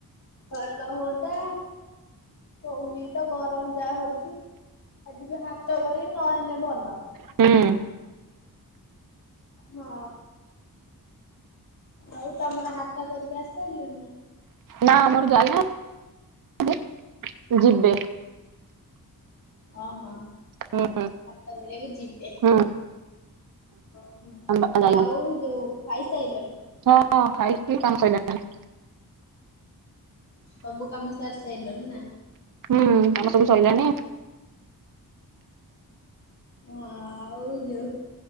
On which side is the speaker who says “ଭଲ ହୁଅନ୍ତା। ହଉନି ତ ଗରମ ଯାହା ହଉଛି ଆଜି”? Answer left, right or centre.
Left